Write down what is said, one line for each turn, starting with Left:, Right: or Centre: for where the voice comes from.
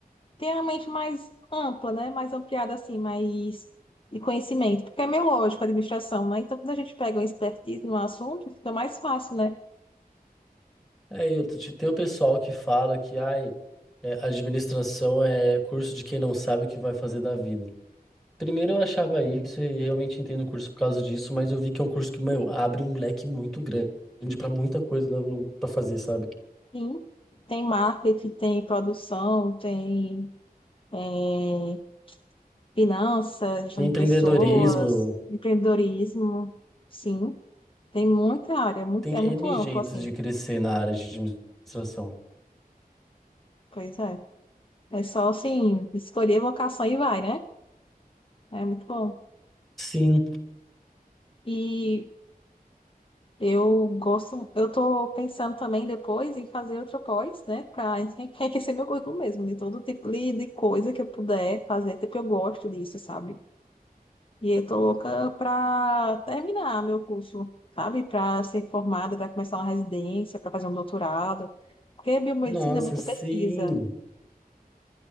Left: tem a mente mais ampla, né? Mais ampliada, assim, mais de conhecimento. Porque é meio lógico a administração, né? Então, quando a gente pega uma expertise num assunto, fica mais fácil, né?
Centre: É, eu te- tem um pessoal que fala que, ai, é, administração é curso de quem não sabe o que vai fazer da vida. Primeiro eu achava isso e realmente entrei no curso por causa disso, mas eu vi que é um curso que, meu, abre um leque muito grande para muita coisa né, no- pra fazer, sabe?
Left: Sim, tem marketing, tem produção, tem eh, finanças, gestão
Centre: Tem empreendedorismo,
Left: de pessoas, empreendedorismo, sim. Tem muita área, é muito,
Centre: tem
Left: é muito
Centre: N
Left: amplo,
Centre: jeitos
Left: assim.
Centre: de crescer na área de administração.
Left: Pois é. É só, assim, escolher a vocação e vai, né? É muito bom.
Centre: Sim,
Left: E Eu gosto, eu tô pensando também depois em fazer outro pós, né, para <laughs> enriquecer meu currículo mesmo, de todo tipo de, de coisa que eu puder fazer, até porque eu gosto disso, sabe? E eu tô louca para terminar meu curso, sabe? Para ser formada, para começar uma residência, para fazer um doutorado, porque biomedicina
Centre: nossa,
Left: é muita
Centre: sim.
Left: pesquisa.